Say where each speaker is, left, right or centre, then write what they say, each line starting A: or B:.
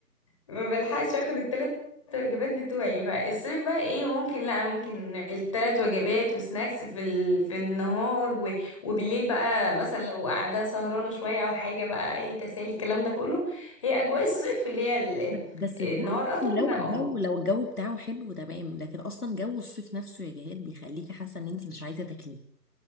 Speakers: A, on the left (about 20°); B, on the left (about 65°).
A: ما بلحقش اخد التلات وجبات بتوعي فالصيف بقى ايه ممكن لا ممكن التلات وجبات وسناكس في ال... في النهار و... وبالليل بقى مثلا لو قاعده سهرانه شويه او حاجه بقى اي تسالي الكلام ده كله هي اجواء الصيف اللي هي ال...
B: بس بس
A: النهار
B: لا
A: اطول
B: بصي لو
A: ده
B: الجو
A: اه
B: لو الجو بتاعه حلو تمام لكن اصلا جو الصيف نفسه يا جهاد بيخليكي حاسه ان انت مش عايزه تاكليه